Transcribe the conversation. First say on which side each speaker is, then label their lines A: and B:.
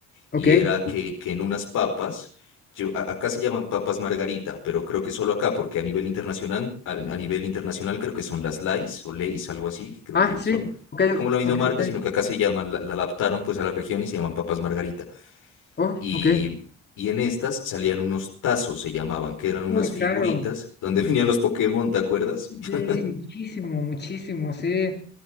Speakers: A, on the left; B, on the left.
A: Ok.
B: y era que, que en unas papas, yo, a- acá se llaman papas margarita, pero creo que solo acá, porque a nivel internacional, a, a nivel internacional creo que son las Lays o Lays, algo así, creo
A: Ah,
B: que
A: sí,
B: son
A: ok,
B: como la misma
A: ok,
B: marca,
A: ok.
B: sino que acá se llaman, la, la adaptaron pues a la región y se llaman papas margarita.
A: Oh,
B: Y,
A: ok.
B: y en estas salían unos tazos, se llamaban, que eran unas
A: Uy, claro.
B: figuritas donde <laughs> venían los Pokémon, ¿te acuerdas? <laughs>
A: Sí, muchísimo, muchísimo, sí.